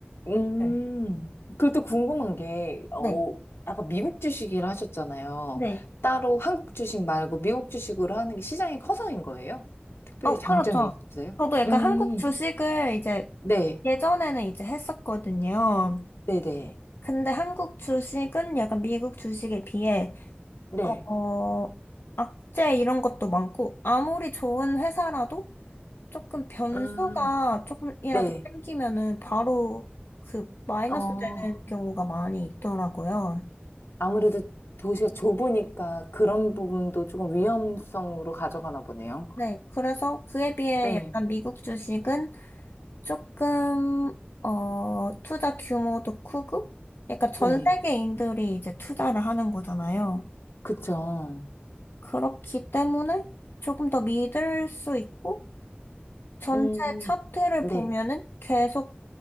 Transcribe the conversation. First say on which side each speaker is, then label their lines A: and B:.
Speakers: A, on the left; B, on the left.
A: 음,
B: 네.
A: 그리고 또 궁금한 게, 어,
B: 네.
A: 아까 미국 주식이라 하셨잖아요.
B: 네.
A: 따로 한국 주식 말고 미국 주식으로 하는 게 시장이 커서인 거예요? 특별히
B: 어, 그렇죠.
A: 장점이 있어요?
B: 저도 약간
A: 음,
B: 한국 주식을 이제
A: 네,
B: 예전에는 이제 했었거든요.
A: 네네,
B: 근데 한국 주식은 약간 미국 주식에 비해
A: 네,
B: 어, 악재 이런 것도 많고, 아무리 좋은 회사라도 조금 변수가
A: 음,
B: 조금이라도
A: 네,
B: 생기면은 바로 그 마이너스
A: 어,
B: 되는 경우가 많이 있더라고요.
A: 아무래도 도시가 좁으니까 그런 부분도 조금 위험성으로 가져가나 보네요.
B: 네, 그래서 그에 비해
A: 네,
B: 약간 미국 주식은 조금, 어, 투자 규모도 크고, 약간 전
A: 네,
B: 세계인들이 이제 투자를 하는 거잖아요.
A: 그쵸.
B: 그렇기 때문에 조금 더 믿을 수 있고, 전체
A: 음,
B: 차트를
A: 네,
B: 보면은 계속